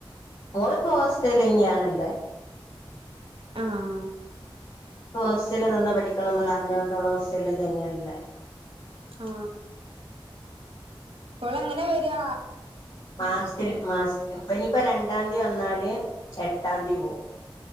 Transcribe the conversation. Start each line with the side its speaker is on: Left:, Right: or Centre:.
Left: മോളിപ്പോ ഹോസ്റ്റൽ തന്നെയാണല്ലോ അ
Right: ആഹ
Left: ഹോസ്റ്റലിൽ നന്ന പഠിക്കണം എന്നുള്ള ആഗ്രഹം കൊണ്ടള്ള ഹോസ്റ്റല തന്നെയല്ലേ
Right: ആ ഇപ്പോൾ എങ്ങനെ വരിക
Left: മാസത്തില മാസത്തിലും ഇപ്പ ഇനിയിപ്പ രണ്ടാം തീയതി വന്നാല് എട്ടാം തീയതി പോകവും